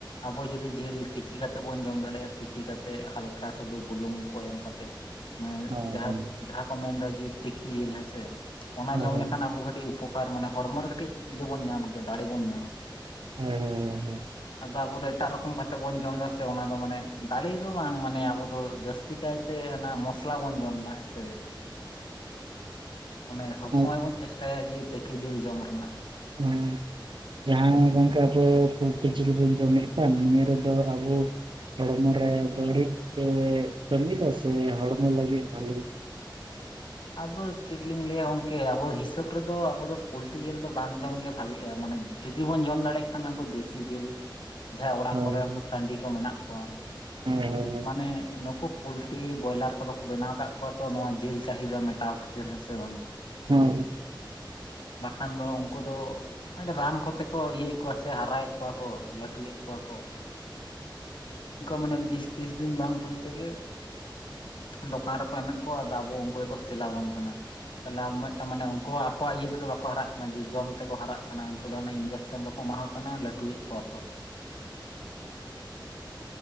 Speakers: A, on the left; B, on the right.
A: ᱟᱵᱚ ᱡᱩᱫᱤ ᱡᱮᱞ ᱛᱤᱠᱤ ᱠᱟᱛᱮᱜ ᱵᱚᱱ ᱡᱚᱢ ᱫᱟᱲᱮᱭᱟᱜᱼᱟ ᱛᱤᱠᱤ ᱠᱟᱛᱮᱜ ᱦᱟᱞ ᱠᱟ ᱥᱩᱰᱩ ᱵᱩᱞᱩᱝ ᱠᱚ ᱮᱢ ᱠᱟᱛᱮᱜ, ᱢᱟᱱᱮ
B: ᱦᱳᱭ
A: ᱡᱟᱦᱟᱸ ᱡᱟᱦᱟᱸ ᱠᱚ ᱢᱮᱱᱫᱟ ᱡᱮ ᱛᱤᱠᱤ ᱡᱤᱞ ᱦᱮᱸᱥᱮ, ᱚᱱᱟ
B: ᱦᱳᱭ
A: ᱡᱚᱢ ᱞᱮᱠᱷᱟᱱ
B: ᱦᱳᱭ
A: ᱟᱵᱚ ᱠᱟᱹᱴᱤᱡ ᱩᱯᱚᱠᱟᱨ ᱢᱟᱱᱮ ᱦᱚᱲᱢᱚ ᱨᱮ ᱠᱟᱹᱴᱤᱡ ᱤᱭᱟᱹ ᱵᱚᱱ ᱧᱟᱢ ᱜᱮᱭᱟ ᱫᱟᱲᱮ ᱵᱚᱱ ᱧᱟᱢᱟ᱾
B: ᱦᱩᱸ ᱦᱩᱸ ᱦᱩᱸ ᱦᱩᱸ᱾
A: ᱟᱫᱚ ᱟᱵᱚ ᱫᱚ ᱮᱴᱟᱜ ᱨᱚᱠᱚᱢ ᱠᱟᱛᱮᱫ ᱵᱚᱱ ᱡᱚᱢ ᱮᱫᱟ ᱥᱮ ᱚᱱᱟ ᱫᱚ ᱢᱟᱱᱮ ᱫᱟᱲᱮ ᱫᱚ ᱵᱟᱝ ᱢᱟᱱᱮ ᱟᱵᱚ ᱫᱚ ᱡᱟᱹᱥᱛᱤ ᱠᱟᱭᱛᱮ ᱚᱱᱟ ᱢᱚᱥᱞᱟ ᱵᱚᱱ ᱡᱚᱢ ᱫᱟ ᱦᱮᱸᱥᱮ? ᱚᱱᱮ ᱥᱚᱵ
B: ᱦᱳᱭ
A: ᱥᱚᱢᱚᱭ ᱵᱚᱱ ᱪᱮᱥᱴᱟᱭᱟ ᱡᱮ ᱛᱮᱠᱮ ᱡᱮᱞ ᱡᱚᱢ ᱨᱮᱱᱟᱜ᱾
B: ᱦᱩᱸ ᱡᱟᱦᱟᱸ ᱜᱚᱝᱠᱮ ᱟᱵᱚ ᱯᱩᱞᱴᱤ ᱡᱤᱞ ᱵᱚᱱ ᱡᱚᱢᱮᱫ ᱠᱟᱱ, ᱱᱤᱭᱟᱹ ᱨᱮᱫᱚ ᱟᱵᱚ ᱦᱚᱲᱢᱚ ᱨᱮ ᱵᱟᱹᱲᱤᱡ ᱯᱮ ᱠᱟᱹᱢᱤᱫᱟ ᱥᱮ ᱦᱚᱲᱢᱚ ᱞᱟᱹᱜᱤᱫ ᱵᱷᱟᱞᱮ?
A: ᱟᱫᱚ ᱪᱮᱫ ᱞᱤᱧ ᱞᱟᱹᱭᱟ ᱜᱚᱝᱠᱮ ᱟᱵᱚ ᱦᱤᱥᱟᱹᱵᱽ ᱨᱮᱫᱚ ᱟᱵᱚ ᱫᱚ ᱯᱩᱞᱴᱤ ᱡᱤᱞ ᱫᱚ ᱵᱟᱝ ᱡᱚᱢ ᱜᱮ ᱵᱷᱟᱜᱤᱜᱼᱟ ᱢᱟᱱᱮ, ᱡᱩᱫᱤ ᱵᱚᱱ ᱡᱚᱢ ᱫᱟᱲᱮᱭᱟᱜ ᱠᱷᱟᱱ ᱩᱱᱠᱩ ᱫᱮᱥᱤ ᱡᱮᱞ᱾ ᱡᱟᱦᱟᱸᱭ ᱚᱲᱟᱜ
B: ᱦᱳᱭ
A: ᱠᱚᱨᱮ ᱩᱱᱠᱩ ᱥᱟᱺᱰᱤ ᱠᱚ ᱢᱮᱱᱟᱜ ᱠᱚᱣᱟ,
B: ᱦᱳᱭ ᱦᱳᱭ ᱦᱳᱭ ᱵᱟᱹᱲᱤᱡ
A: ᱢᱟᱱᱮ ᱱᱩᱠᱩ ᱯᱩᱞᱴᱤ ᱵᱚᱭᱞᱟᱨ ᱠᱚᱫᱚ ᱠᱚ ᱵᱮᱱᱟᱣ ᱟᱠᱟᱫ ᱠᱚᱣᱟ ᱛᱚ ᱱᱚᱣᱟ ᱡᱮᱞ ᱪᱟᱦᱤᱫᱟ ᱢᱮᱴᱟᱣ ᱠᱷᱟᱹᱛᱤᱨ, ᱦᱮᱸ ᱥᱮ ᱵᱟᱝ?
B: ᱦᱮᱸ
A: ᱵᱟᱠᱷᱟᱱ ᱫᱚ ᱩᱱᱠᱩ ᱫᱚ ᱟᱹᱰᱤ ᱨᱟᱱ ᱠᱚᱼᱼ ᱛᱮᱠᱚ ᱤᱭᱟᱹᱭᱮᱫ ᱠᱚᱣᱟ ᱥᱮ ᱦᱟᱨᱟᱭᱮᱫ ᱠᱚᱣᱟ ᱠᱚ ᱞᱟᱹᱴᱩᱭᱮᱫ ᱠᱚᱣᱟ ᱠᱚ᱾ ᱢᱟᱱᱮ ᱵᱤᱥ ᱛᱤᱥ ᱫᱤᱱ ᱵᱟᱝ ᱦᱩᱭ ᱛᱮᱜᱮ ᱫᱚᱠᱟᱱ ᱨᱮᱠᱚ ᱮᱢᱮᱫ ᱠᱚᱣᱟ, ᱟᱫᱚ ᱟᱵᱚ ᱚᱠᱚᱭ ᱠᱚ ᱥᱮᱞᱟᱵᱚᱱ ᱠᱟᱱᱟ᱾ ᱛᱟᱦᱚᱞᱮ ᱟᱢ ᱢᱤᱫᱴᱟᱝ ᱢᱟᱱᱮ ᱩᱱᱠᱩ ᱟᱠᱚᱣᱟᱜ ᱤᱭᱟᱹ ᱛᱮᱫᱚ ᱵᱟᱠᱚ ᱦᱟᱨᱟᱜ ᱠᱟᱱᱟ, ᱡᱮ ᱡᱚᱢ ᱛᱮᱠᱚ ᱦᱟᱨᱟᱜ ᱠᱟᱱᱟ, ᱩᱱᱠᱩ ᱫᱚ ᱦᱟᱱᱮ ᱤᱧᱡᱮᱠᱥᱮᱱ ᱠᱚᱠᱚ ᱮᱢᱟᱣᱟ ᱠᱟᱱᱟ ᱞᱟᱹᱴᱩᱭᱮᱫ ᱠᱚᱣᱟ ᱠᱚ᱾
B: <inaudible>